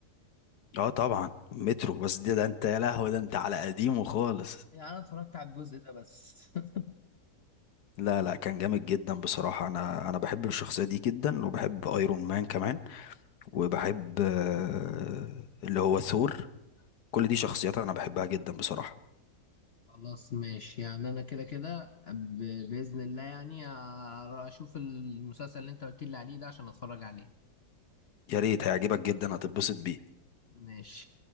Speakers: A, on the left; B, on the left.
A: أه طبعا مترو بس ده, ده أنت يا لهوي ده أنت على قديمه خالص
B: يعني انا اتفرجت على الجزء ده بس <laughs>
A: لا لا كان جامد جدا بصراحة أنا أنا بحب الشخصية دي جدا وبحب أيرون مان كمان وبحب آه، اللي هو ثور كل دي شخصيات انا بحبها جدا بصراحة
B: خلاص ماشي يعني انا كده كده ب- باذن الله يعني أر- اشوف المسلسل اللي انت قلت لي عليه ده عشان اتفرج عليه
A: يا ريت هيعجبك جدا هتتبسط بيه
B: ماشي